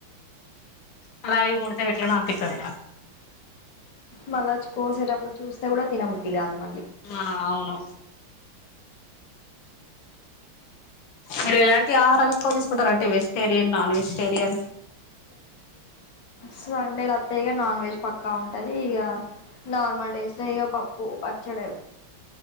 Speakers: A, on the left; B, on the left.
A: కళవి మూడతే ఎట్లనో అనిపిస్తది
B: మళ్ళ కోసేటప్పుడు చూస్తే కూడా తినబుద్ది కాదు మళ్ళీ
A: ఆ అవును మీరు ఎలాంటి ఆహారాలు ఎక్కువ తీసుకుంటారు అంటే వెజిటేరియన్ నాన్ వెజిటేరియన్
B: సండే రత్త ఇక నాన్ వెజ్ పక్కా ఉంటుంది ఇక నార్మల్ డేస్లో ఇక పప్పు పచ్చడి